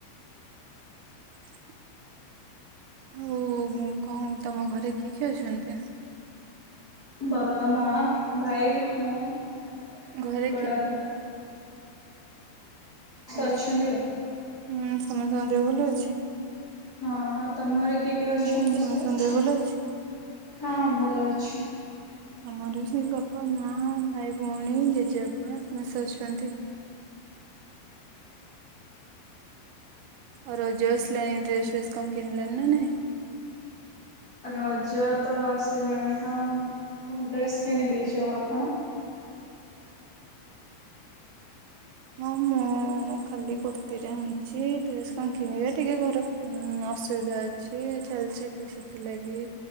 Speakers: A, on the right; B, on the left.
A: <inaudible> ଆଉ କଣ ତମ ଘରେ କିଏ କିଏ ଅଛନ୍ତି?
B: ବାପା, ମା, ଭାଇ, ମୁଁ,
A: ଘରେ
B: ବଡ
A: କିଏ
B: <inaudible>
A: ଆଛା
B: ଅଛନ୍ତି
A: ହୁଁ
B: ଆଉ
A: ସମସ୍ତଙ୍କ ଦେହ ଭଲ ଅଛି।
B: ହଁଉ ତମର କିଏ କିଏ ଅଛନ୍ତି
A: ହୁଁ ସମସ୍ତଙ୍କ
B: ସବୁ?
A: ଦେହ ଭଲ ଅଛି?
B: ହଁ ଭଲ ଅଛି।
A: ଆମର ବି ସେ ବାପା, ମା, ଭାଇ, ଭଉଣୀ, ଜେଜେବାପା ସମସ୍ତେ ଅଛନ୍ତି। ଆଉ ରଜ ଆସିଲାଣି ଡ୍ରେସ ଫେସ କଣ କିଣିଲଣି ନା ନାଇଁ?
B: ରଜ ତ ଆସିଲାଣି ହଁ ମୁଁ ଡ୍ରେସ୍ କିଣିଦେଇଛି ଆଉ ଆପଣ?
A: ହଁ ମୁଁ ଖାଲି କୁର୍ତିଟା ଆଣିଛି ଡ୍ରେସ୍ କଣ କିଣିବେ ଟିକେ ଘରେ ଉଁ ଅସୁବିଧା ଅଛି ଚାଲିଛି ତ ସେଥିଲାଗି